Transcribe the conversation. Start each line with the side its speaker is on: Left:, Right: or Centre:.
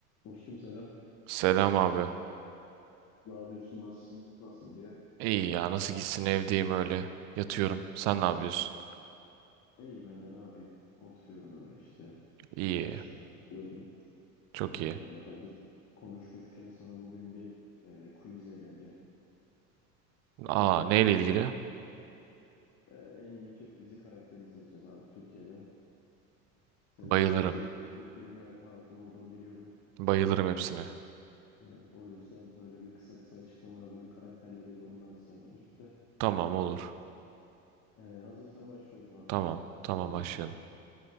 Left: Dostum selam.
Right: Selam abi.
Left: Ne yapıyorsun? Nasılsın? Nasıl gidiyor?
Right: İyi ya nasıl gitsin evdeyim öyle. Yatıyorum. Sen ne yapıyorsun?
Left: Ne iyi ben de ne yapayım? Oturuyorum öyle işte.
Right: İyi.
Left: Bilgisayara takılıyordum.
Right: Çok
Left: Ee,
Right: iyi.
Left: hazır konuşmuşken sana bugün bir e, quizle geleceğim. Ee,
Right: Aa neyle ilgili?
Left: e, en iyi Türk dizi karakterini seçeceğiz abi Türkiye'den. Senin
Right: Bayılırım.
Left: de dizi kültürüne hakim olduğunu biliyorum.
Right: Bayılırım hepsine.
Left: Ee, o yüzden böyle bir kısa kısa açıklamalarla bir karakterleri yorumlarız seninle birlikte.
Right: Tamam olur.
Left: Ee, hazırsan başlıyorum abi.
Right: Tamam. Tamam
Left: <clears throat>
Right: başlayalım.